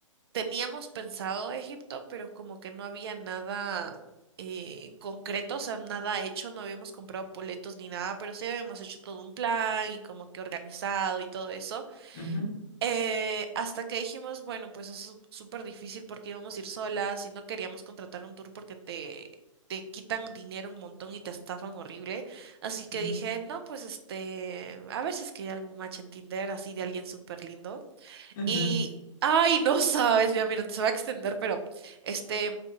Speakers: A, on the right; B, on the left.
A: Teníamos pensado Egipto, pero como que no había nada eh, concreto, o sea, nada hecho, no habíamos comprado boletos ni nada, pero sí habíamos hecho todo un plan y como que organizado y todo eso.
B: ajá,
A: Eh, hasta que dijimos, bueno, pues es sú- súper difícil porque íbamos a ir solas y no queríamos contratar un tour porque te, te quitan dinero un montón y te estafan horrible. Así que
B: ajá,
A: dije, no, pues este, a ver si es que hay algún match en Tinder así de alguien súper lindo.
B: ajá.
A: Y, ay, no sabes, ya mira, se va a extender, pero este,